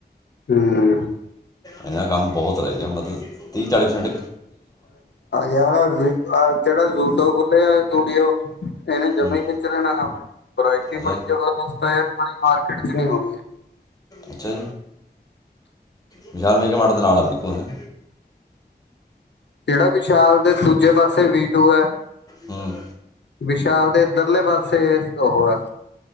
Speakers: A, on the left; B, on the left.
A: ਹੂੰ।
B: ਇਹਨਾਂ ਕੰਮ ਬਹੁਤ ਰਹਿ ਗਿਆ। ਮਤਲਬ ਤੀਹ ਚਾਲੀ ਪ੍ਰਸੈਂਟ
A: ਯਾਰ ਜਿਹੜਾ ਦੋਨਾਂ ਕੋ ਸਟੂਡੀਓ ਇਹਨੇ ਜਮਾਂ
B: ਹੂੰ
A: ਹੀ ਖਿੱਚ ਲੈਣਾ ਕੰਮ ਵਰਾਇਟੀ
B: ਅੱਛਾ
A: ਬੜੀ ਜ਼ਬਰਦਸਤ ਪੂਰੀ ਮਾਰਕੀਟ ਚ ਨਹੀਂ ਆਉਣੀ
B: ਅੱਛਾ ਵਿਸ਼ਾਲ ਮੇਗਾ ਮੋਲ ਦੇ ਨਾਲ ਬਿਲਕੁਲ ਹਨਾ।
A: ਜਿਹੜਾ ਵਿਸ਼ਾਲ ਤੇ ਦੂਜੇ ਪਾਸੇ ਵੀਡੂ ਹੈ।
B: ਹੂੰ
A: ਵਿਸ਼ਾਲ ਦੇ ਇੱਧਰਲੇ ਪਾਸੇ ਉਹ ਹੈ।